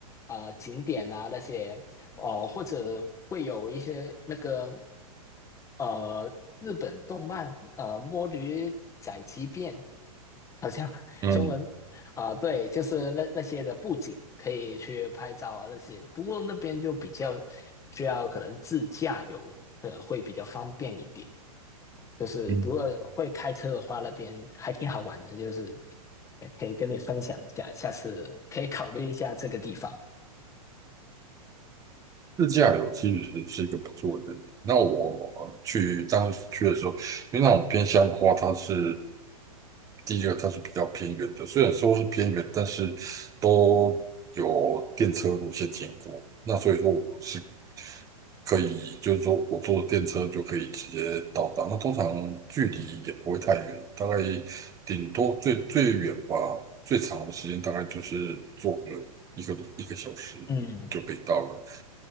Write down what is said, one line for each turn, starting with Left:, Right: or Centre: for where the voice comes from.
Left: 呃景点啊，那些哦、或者会有一些那个呃日本动漫呃《摸驴宅急变》，好像 <laughs>
Right: 嗯。
Left: 中文啊、对，就是那那些的布景可以去拍照啊那些，不过那边就比较需要可能自驾游，呃，会比较方便一点。就是如果会开车的话，
Right: 嗯
Left: 那边还挺好玩的，就是也可以跟你分享一下，下次可以考虑一下这个地方。
Right: 自驾游其实是是一个不错的选择。那我呃去当时去的时候，因为那种偏乡的话，它是第一个它是比较偏远的，虽然说是偏远，但是都有电车路线经过。那所以说我是可以，就是说我坐电车就可以直接到达。那通常距离也不会太远，大概顶多最最远吧，最长的时间大概就是坐个一个一个小时就可以到了。
Left: 嗯，